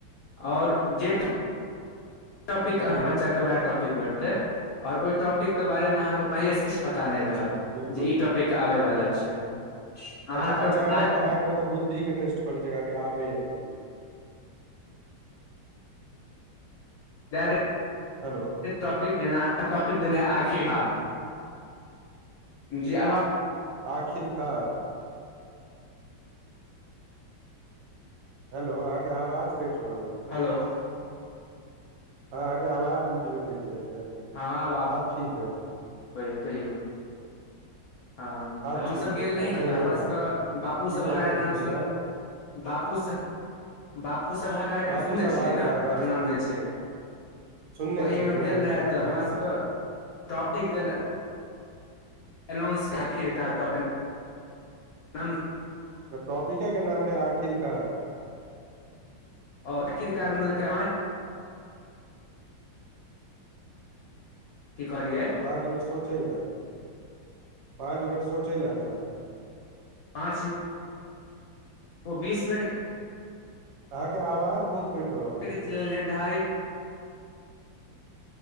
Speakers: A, on the left; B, on the right.
A: और जे टॉपिक अहाँ
B: हूँ
A: बच्चा के वैह टॉपिक भेटतै और ओहि टॉपिक के बारे मे अहाँ पहिले से किछ पता नहि
B: अच्छा
A: रहत
B: बिल्कुल
A: जे ई टॉपिक आबै वला छै। अहाँके
B: अच्छा अचानक
A: आज
B: अहाँके मतलब बुद्धि के टेस्ट करैत छै अहाँके आबैए कि नै
A: लडड <unintelligible>
B: हेलो।
A: टॉपिक य ॉपिकै आशीर्वाद जी आब <unintelligible>
B: आखिरकार। हेलो अहाँके आवाज कटि रहल अछि।
A: हेलो।
B: अहां के आवाज बीचे से कटि जाइये।
A: हँ आब
B: आब ठीक अछि।
A: कहियौ कहियौ। हँ
B: आब
A: तऽ हमसभ
B: ठीक
A: गेल
B: है
A: रही
B: आब
A: ने
B: कहियौ
A: तऽ हमरा
B: अहाँ
A: सभके बापूसभ
B: की
A: हमरा
B: टॉपिक भेटल
A: नाम सुन
B: रहे
A: बापू स बापू सभा कार्यक्रम
B: बापू
A: सुनने
B: सभागार
A: छियै ने
B: हँ
A: पटनामे
B: सुनने
A: जे
B: छियै
A: छै।
B: सुनने
A: ओहीमे
B: छियै सुनने
A: भेल रहै
B: छियै हँ
A: तऽ
B: हँ
A: हमरा
B: हँ
A: सभके टॉपिक देल अनाउंस आखिरकार टापिक हम
B: तऽ टॉपिके के नाम रहै आखिरकार,
A: आओर आखिरकार
B: अच्छा।
A: देलकै की कहलियै?
B: पाँच मिनट सोचै ला पाँच मिनट सोचै ले देलक।
A: पाँच ओ बीस मिनट
B: अहाँके आवाज बहुत कटि रहल य
A: निर्धारित
B: यौ